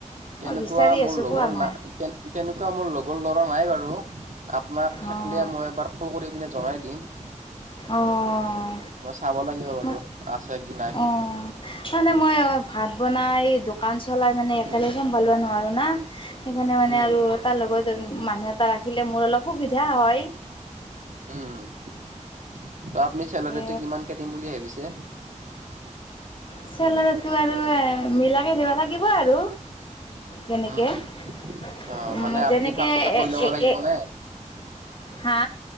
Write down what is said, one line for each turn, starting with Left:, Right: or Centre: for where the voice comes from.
Right: তেনেকুৱা
Left: মই বিচাৰি
Right: মোৰ
Left: আছোঁ
Right: লগৰ
Left: পোৱা নাই।
Right: না তেনেকুৱা মোৰ লগৰ ল'ৰা নাই বাৰু আপোনাক থাকিলে
Left: অ',
Right: মই এবাৰ। ফোন কৰি পিনে জনাই দিম।
Left: অঁ
Right: মই চাব লাগিব বাৰু
Left: ম
Right: আছে কি নাই।
Left: অ। মানে মই ভাত বনাই দোকান চলাই মানে একেলগে
Right: উম,
Left: চম্ভালোৱা নোৱাৰোঁ না। সেইকাৰণে মানে
Right: উম,
Left: আৰু তাৰ লগত মানুহ এটা ৰাখিলে মোৰ অলপ সুবিধা হয়।
Right: উম ত আপুনি চেলাৰীটো
Left: এ
Right: কিমানকে দিম বুলি ভাবিছে?
Left: চেলৰাটো আৰু এ মিলাকে দিবা লাগিব আৰু যেনেকে,
Right: অ'
Left: উম,
Right: মানে আপুনি
Left: যেনেকে
Right: ফাৰ্ষ্টতে কৰি
Left: <unintelligible>
Right: ল'ব লাগিব নে?
Left: হা?